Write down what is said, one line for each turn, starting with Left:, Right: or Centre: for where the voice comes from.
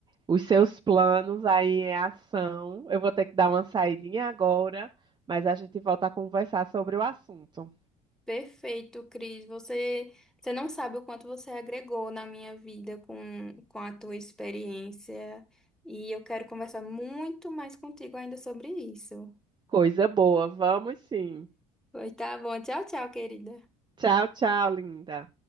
Right: os seus planos aí em ação. Eu vou ter que dar uma saidinha agora, mas a gente volta a conversar sobre o assunto.
Centre: Perfeito, Cris. Você, você não sabe o quanto você agregou na minha vida com, com a tua experiência. E eu quero conversar muito mais contigo ainda sobre isso.
Right: Coisa boa, vamos sim.
Centre: Pois tá bom. Tchau, tchau, querida.
Right: Tchau, tchau, linda.